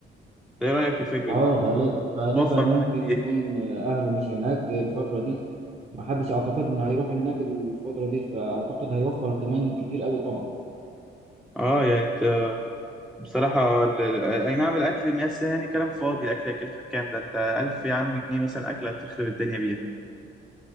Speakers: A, in the centre; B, on the right.
A: ده ايه رايك في الفكره
B: اه
A: دي
B: غالب غالبا
A: توفر
B: ممكن
A: معانا كتير
B: يكون اهله مش هناك الفترة دي ما حدش اعتقد ان هيروح هناك الفترة دي فاعتقد هيوفر كمان كتير قوي طبعا
A: اه يعني انت بصراحه ال- ال- اي نعم الاكل بس يعني كلام فاضي الاكل هيكلفك كام ده انت 1000 يا عم جنيه مثلا اكله هتخرب الدنيا بيها